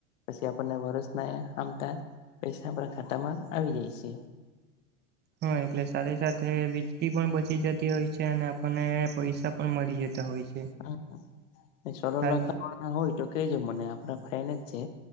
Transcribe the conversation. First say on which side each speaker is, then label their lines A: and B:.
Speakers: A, on the left; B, on the right.
A: પછી આપણને વરસ ન હબતાય. પૈસા આપણા ખાતા માં આવી જયશે.
B: હા એકટલે સ વીજળી પણ બચી જતી હોય છે અને આપણને પૈસા પણ મળી જતા હોય છે.
A: હા એ સરલ
B: કાલ
A: લખા. હ હોય તો કેજો મને આપણા ફ્રેન્ડ જ છે